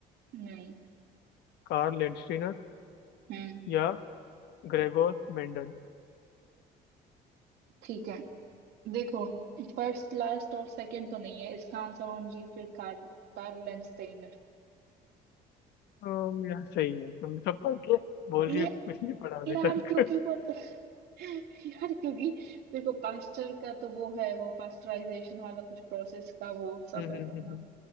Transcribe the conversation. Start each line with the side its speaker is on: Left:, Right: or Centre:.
Right: नहीं
Left: Karl Landsteiner
Right: हम्म
Left: या ग्रेगोर मेंडल
Right: ठीक है देखो फर्स्ट लास्ट और सेकंड तो नहीं है इसका आंसर होना चाहिए फिर कार्ल कार्ल लेंस्टेनर
Left: अम, यार सही है तुम सब पढ़ के बोल
Right: ये
Left: रही हो कि कुछ नहीं पढ़ा अभी
Right: यार
Left: तक
Right: क्योंकि
Left: <laughs>
Right: वो तो <laughs> यार क्योंकि देखो पास्टर का तो वो है वो पास्टराइजेशन वाला कुछ प्रोसेस का वो सब
Left: हम्म, हम्म,
Right: है
Left: हम्म,
Right: ना
Left: हम्म।